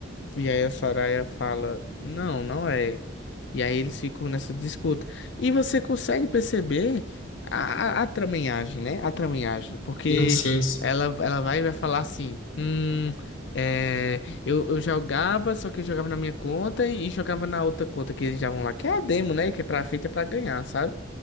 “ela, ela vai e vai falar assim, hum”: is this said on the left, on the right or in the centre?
Left